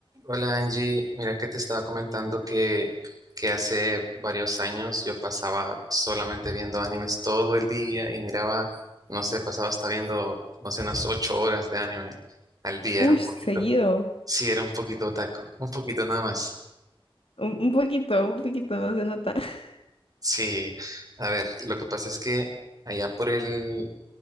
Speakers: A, on the right; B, on the left.
A: Hola Angie, mira que te estaba comentando que, que hace varios años yo pasaba solamente viendo animes todo el día y miraba, no sé, pasaba hasta viendo, no sé, unas ocho horas de anime al día,
B: Uy,
A: era un poquito,
B: seguido.
A: sí, era un poquito otaku, un poquito nada más.
B: Un, un poquito, un poquito, no se nota. <laughs>
A: Sí, a ver, lo que pasa es que allá por el,